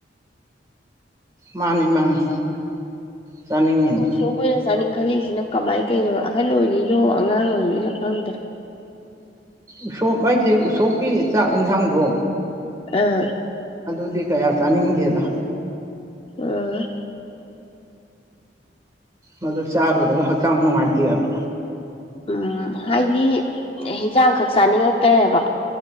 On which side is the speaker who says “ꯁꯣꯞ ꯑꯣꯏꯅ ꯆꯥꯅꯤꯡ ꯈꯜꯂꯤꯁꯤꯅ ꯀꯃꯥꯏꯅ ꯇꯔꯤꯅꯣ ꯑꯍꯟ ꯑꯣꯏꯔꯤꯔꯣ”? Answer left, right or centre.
Left